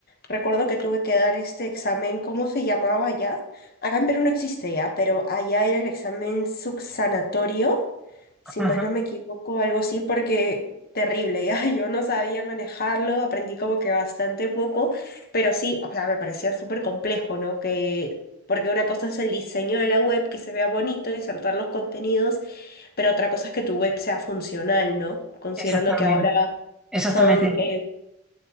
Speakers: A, on the left; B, in the centre.
A: Recuerdo que tuve que dar este examen, ¿cómo se llamaba allá? Acá en Perú no existe ya, pero allá era el examen subsanatorio si
B: Ajá,
A: más no me equivoco, algo así, porque terrible, ya <laughs> yo no sabía manejarlo, aprendí como que bastante poco, pero sí, o sea, me parecía súper complejo, ¿no? Que, porque una cosa es el diseño de la web, que se vea bonito, insertar los contenidos, pero otra cosa es que tu web sea funcional, ¿no? Considerando
B: exactamente,
A: que ahora
B: exactamente.
A: son, eh,